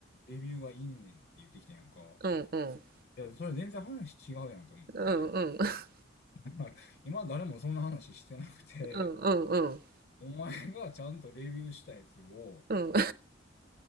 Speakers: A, on the left; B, on the right.
A: レビューがいんねんって言ってきたやんか。
B: うんうん
A: いや、それ全然話違うやんと思って。
B: うんうんうん
A: <laughs> 今誰もそんな話してなくて、
B: うんうん
A: お前がちゃんとレビューしたやつを
B: うん